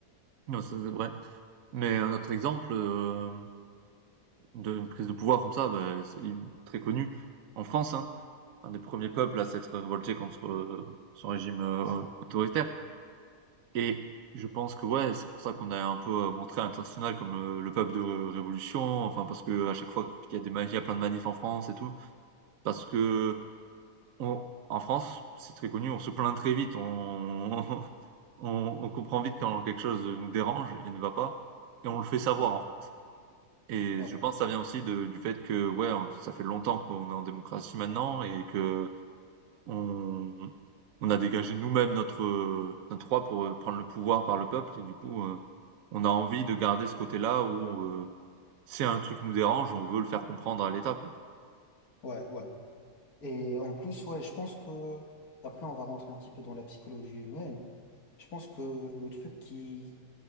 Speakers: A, on the right (about 70°); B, on the left (about 65°).
A: Non, ça, c'est vrai. Mais un autre exemple, heu, d'une prise de pouvoir comme ça, bah, c'est une très connu en France, hein, un des premiers peuples à s'être révolté contre, heu, ce régime, heu,
B: Ouais,
A: autoritaire. Et je pense que ouais, c'est pour ça qu'on a un peu euh, montré à l'international comme le, le peuple de Ré- Révolution, enfin parce que à chaque fois qu'il y a des ma- il y a plein de manifs en France et tout, parce que on, en France, c'est très connu, on se plaint très vite, on, <laughs> on, on comprend vite quand quelque chose nous dérange et ne va pas, et on le fait savoir.
B: ouais,
A: en fait. Et
B: ouais,
A: je pense que ça vient aussi de, du fait que ouais, on- ça fait longtemps qu'on est en démocratie maintenant et que on, on a dégagé nous-mêmes notre, euh, notre roi pour euh, prendre le pouvoir par le peuple, et du coup, euh, on a envie de garder ce côté-là où euh, si un truc nous dérange, on veut le faire comprendre à l'État, quoi.
B: ouais, ouais. Et en plus, ouais, je pense que après on va rentrer un petit peu dans la psychologie humaine. Je pense que le truc qui